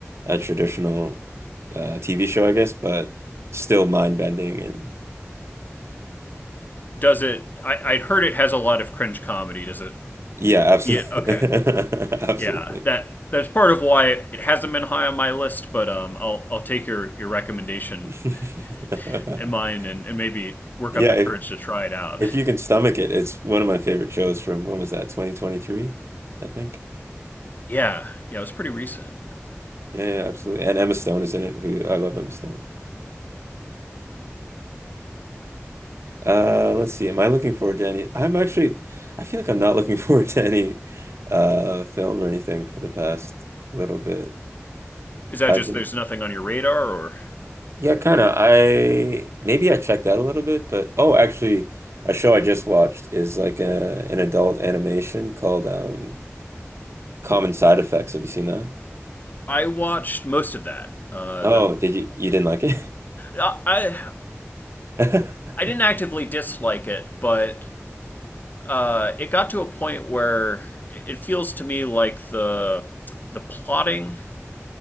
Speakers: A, on the right (about 65°); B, on the left (about 40°).
A: a traditional uh, TV show, I guess, but still mind bending and
B: Does it? I, I heard it has a lot of cringe comedy. Does it?
A: yeah, absolutely,
B: Yeah. Okay.
A: <laughs> absolutely.
B: Yeah. That that's part of why it hasn't been high on my list. But um, I'll I'll take your your recommendation
A: <laughs>
B: <laughs> in mind and, and maybe work
A: Yeah,
B: up the
A: if
B: courage to try it out.
A: if
B: <laughs>
A: you can stomach it, it's one of my favorite shows from when was that? 2023, I think.
B: Yeah. Yeah. It was pretty recent.
A: Yeah, yeah, absolutely. And Emma Stone is in it, who I love Emma Stone. Uh, let's see. Am I looking forward to any? I'm actually, I feel like I'm not looking <laughs> forward to any uh film or anything for the past little bit.
B: Is that
A: I've
B: just
A: been
B: there's nothing on your radar or?
A: Yeah, kind of. I maybe I checked out a little bit, but oh, actually, a show I just watched is like a an adult animation called um Common Side Effects. Have you seen that?
B: I watched most of that. Uh,
A: Oh,
B: the
A: did you you didn't like it?
B: Uh, I
A: <laughs>
B: I didn't actively dislike it, but uh, it got to a point where it feels to me like the the plotting